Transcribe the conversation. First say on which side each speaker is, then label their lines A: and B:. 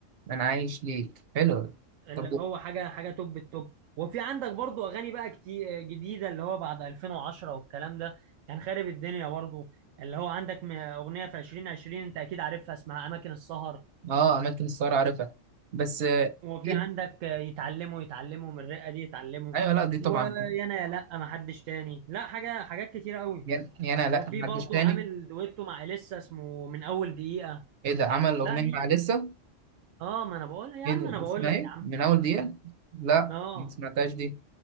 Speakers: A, on the right; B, on the right.
A: انا عايش ليك حلو
B: اللي
A: طب
B: هو حاجة حاجة توب التوب وفي عندك برضو أغاني بقى كتير جديدة اللي هو بعد 2010 والكلام ده كان خارب الدنيا برضو اللي هو عندك م- أغنية في 2020 أنت أكيد عارفها اسمها أماكن السهر
A: اه اماكن السهر عارفها بس آه،
B: وفي
A: دي
B: عندك يتعلموا يتعلموا من الرقة دي يتعلموا
A: ايوه لا دي طبعا
B: ويانا يا لأ ما حدش تاني لا حاجة حاجات كتير قوي
A: يعني يعني انا لا
B: وفي
A: محدش
B: برضو
A: تاني
B: عامل دويتو مع إليسا اسمه من أول دقيقة
A: ايه ده عمل اغنيه
B: لا ليه
A: مع لسه
B: اه ما انا بقول يا
A: ايه
B: عم
A: ده
B: انا بقول
A: اسمها
B: لك
A: ايه
B: يا عم
A: من اول دقيقه لا
B: اه
A: ما سمعتهاش دي